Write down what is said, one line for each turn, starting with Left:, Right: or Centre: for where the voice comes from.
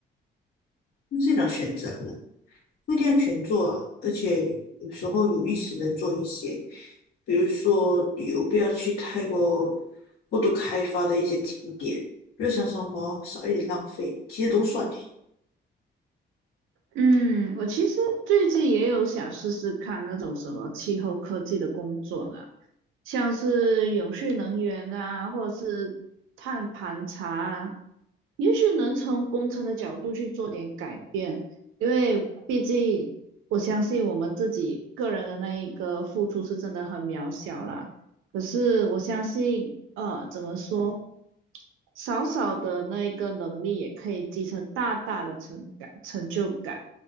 Left: 那是一种选择了，不一定要全做啊。而且有时候有意识的做一些，比如说旅游不要去太过过度开发的一些景点，日常生活少一点浪费，其实都算欸，
Right: 嗯，我其实最近也有想试试看那种什么气候科技的工作啦，像是永续能源啊，或者是碳盘查啊，也许能从工程的角度去做点改变，因为毕竟我相信我们自己个人的那一个付出是真的很渺小啦。可是我相信，呃，怎么说，少少的那一个能力也可以积成大大的成感成就感。